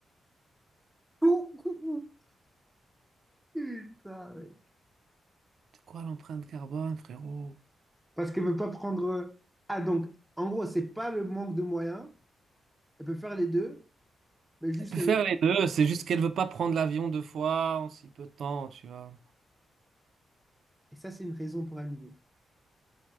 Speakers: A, in the centre; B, on the right (about 70°).
A: <laughs> Putain, ouais.
B: C'est quoi l'empreinte carbone, frérot?
A: Parce qu'elle veut pas prendre. euh, Ah, donc, en gros, c'est pas le manque de moyens. Elle peut faire les deux, mais juste.
B: Elle peut
A: euh,
B: faire les deux, c'est juste qu'elle veut pas prendre l'avion deux fois en si peu de temps, tu vois.
A: Et ça, c'est une raison pour annuler.